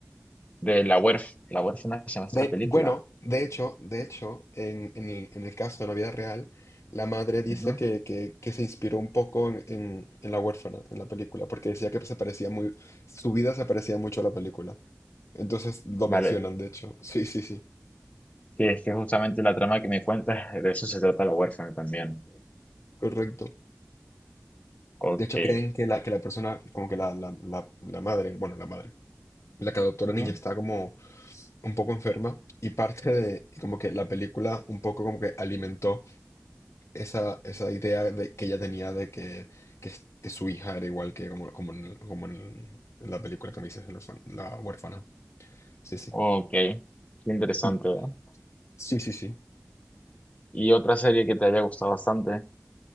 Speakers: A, on the left; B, on the left.
A: de La Huérf- La huérfana se llama esta
B: De,
A: película.
B: bueno, de hecho, de hecho, en, en el, en el caso de la vida real, la madre dice
A: Ujú.
B: que, que, que se inspiró un poco en, en, en La huérfana, en la película, porque decía que se parecía muy, su vida se parecía mucho a la película. Entonces lo
A: Vale,
B: mencionan, de hecho. Sí, sí, sí,
A: Sí, es que justamente la trama que me cuentas, de eso se trata La huérfana también.
B: correcto.
A: Ok.
B: De hecho, creen que la, que la persona, como que la, la, la, la madre, bueno, la madre, la que adoptó a
A: Ujú.
B: la niña está como un poco enferma y parte de, y como que la película un poco como que alimentó. esa, esa idea de, que ella tenía de que, que, s- que su hija era igual que como, como, en, el- como en, el- en la película que me dices, el orfan- la huérfana. Sí, sí.
A: Ok. Qué interesante,
B: Mm.
A: ¿no?
B: Sí, sí, sí.
A: ¿Y otra serie que te haya gustado bastante?